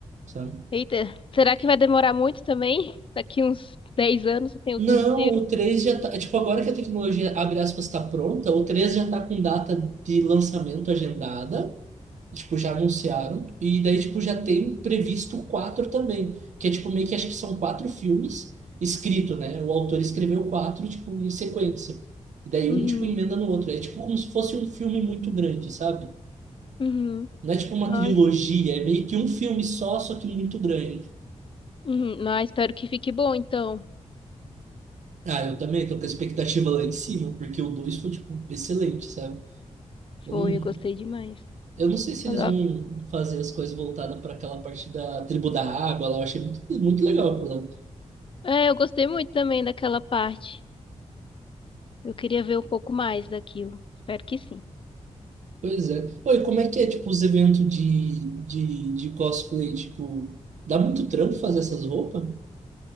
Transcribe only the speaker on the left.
Eita, será que vai demorar muito também? Daqui uns 10 anos eu tenho
o terceiro?
Uhum.
Uhum.
Ai.
Uhum. Mas espero que fique bom, então.
Foi,
eu gostei demais.
Mas,
ó,
É, eu gostei muito também daquela parte. Eu queria ver um pouco mais daquilo. Espero que sim.